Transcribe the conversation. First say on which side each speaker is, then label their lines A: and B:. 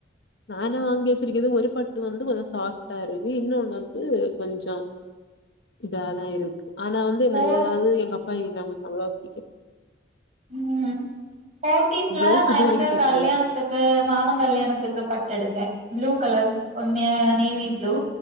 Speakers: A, on the left; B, on the right.
A: நா என்ன வாங்கி வச்சிருக்கது ஒரு பட்டு வந்து கொஞ்ச சாஃப்ட்டா இருக்கு இன்னொன்னு வந்து கொஞ்ச இதாதா இருக்கு ஆனா வந்து
B: ஃபோர்
A: என்னது அது எங்கப் ஆ எங்கம்மைக்கு அவ்ளோவா புடிக்கல
B: ம் போத்தீஸ்ல
A: பிளவுஸ்
B: நா
A: இது
B: எனக்கு
A: வரைக்கும் தைக்கல.
B: கல்யாணத்துக்கு மாமங் கல்யாணத்துக்கு பட்டு எடுத்தே ப்ளூ கலர் நே நேவி ப்ளு